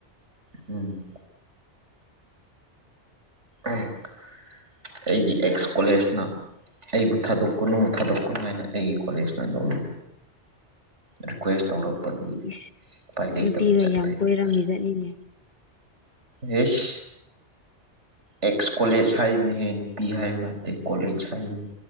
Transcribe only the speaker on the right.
ꯎꯝ꯫ ꯑꯩꯒꯤ ꯑꯦꯛꯁ ꯀꯣꯂꯦꯖꯅ ꯑꯩꯕꯨ ꯊꯥꯗꯣꯛꯀꯅꯨ-ꯊꯥꯗꯣꯛꯀꯅꯨ ꯍꯥꯏꯅ ꯑꯩꯒꯤ ꯀꯣꯂꯦꯖꯅ ꯑꯗꯨꯝ ꯔꯤꯀ꯭ꯋꯦꯁ ꯇꯧꯔꯛꯄꯗꯨꯒꯤ
ꯎꯄꯥꯏ ꯂꯩꯇꯕ
ꯆꯠꯇꯣꯏ
ꯍꯥꯏꯇꯥꯥꯔꯦ꯫ ꯌꯦꯁ꯫ ꯑꯦꯛꯁ ꯀꯣꯂꯦꯖ ꯍꯥꯏꯕꯅꯤꯍꯌꯦ ꯅꯨꯄꯤ ꯍꯥꯏꯕ ꯅꯠꯇꯦ ꯀꯣꯂꯦꯖ ꯍꯥꯏꯕꯅꯤ꯫